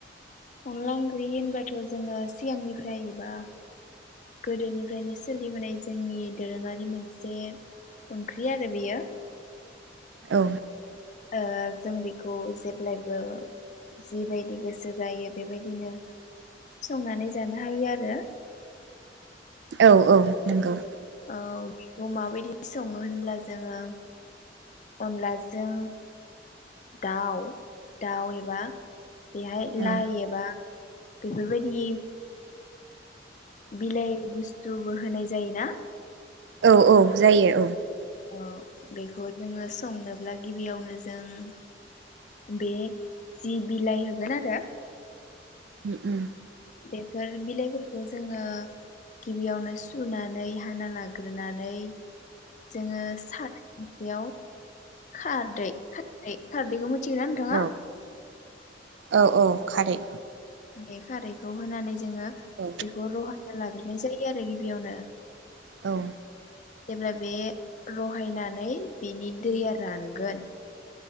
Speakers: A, on the left; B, on the right.
A: अनला ओंख्रि होनबाथ' जोङो सिगांनिफ्राय एबा गोदोनिफ्रायनो सोलिबोनाय जोंनि दोरोङारि मोनसे ओंख्रि आरो बेयो
B: औ
A: ओ जों बेखौ जेब्लायबो जिबायदि गोसो जायो बेबायदिनो संनानै जानो हायो आरो
B: औ औ नंगौ
A: औ बेखौ माबायदि सङो होनब्ला जोङो अनलाजों दाउ दाउ ए बा बेहाय
B: औ
A: लाइ एबा बेफोरबायदि बिलाइ बुस्थुबो होनाय जायोना
B: औ औ जायो औ
A: औ बेखौ जोङो संनोब्ला गिबियावनो जों बे जि बिलाइ होगोन आरो
B: उम उम
A: बेफोर बिलाइफोर खौ जोङो गिबियावनो सुनानै हाना लाग्रोनानै जोङो सा जेयाव खारदै खारै खारदैखौ मो थियोना नोंथाङा?
B: औ औ औ खारै
A: बे खारैखौ होनानै जोङो
B: औ
A: बेखौ रहायना लाग्रोनाय जायो । आरो गिबियावनो
B: औ
A: जेब्ला बे रहायनानै बेनि दैया रानगोन